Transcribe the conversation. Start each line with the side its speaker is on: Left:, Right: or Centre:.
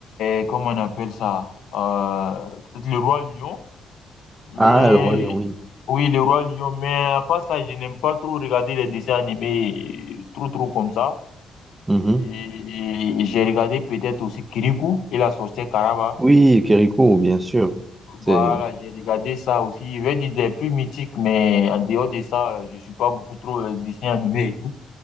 Left: et comment on appelle ça? Euh, peut-être le roi lion, mais
Right: Ah, le Roi Lion, oui.
Left: oui, le roi lion, mais à part ça, je n'aime pas trop regarder les dessins animés euh, trop trop comme ça.
Right: Mhm.
Left: Et, j'ai regardé peut-être aussi Kirikou et la sorcière Karaba.
Right: Oui, Kériko, bien sûr. C'est,
Left: Voilà, j'ai regardé ça aussi. Je vais dire des plus mythiques, mais en dehors de ça, je suis pas beaucoup trop euh, dessin animé et tout.